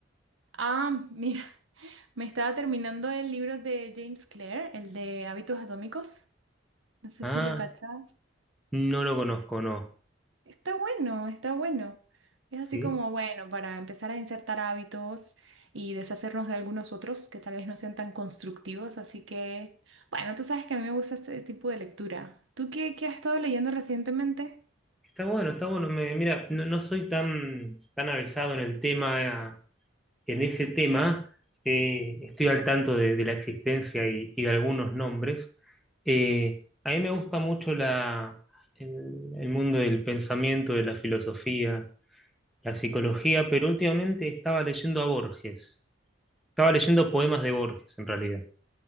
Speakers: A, on the right; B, in the centre.
A: Ah, mira, <laughs> me estaba terminando el libro de James Clear, el de Hábitos Atómicos. No sé
B: Ah,
A: si lo cachas.
B: no lo conozco, no.
A: Está bueno, está bueno. Es así
B: Sí.
A: como, bueno, para empezar a insertar hábitos y deshacernos de algunos otros que tal vez no sean tan constructivos. Así que, bueno, tú sabes que a mí me gusta este tipo de lectura. ¿Tú qué, qué has estado leyendo recientemente?
B: Está bueno, está bueno. me- mira, no, no soy tan, tan avesado en el tema, eh, en ese tema. eh, estoy al tanto de, de la existencia y, y de algunos nombres. Eh, a mí me gusta mucho la, el, el mundo del pensamiento, de la filosofía, la psicología, pero últimamente estaba leyendo a Borges. Estaba leyendo poemas de Borges, en realidad.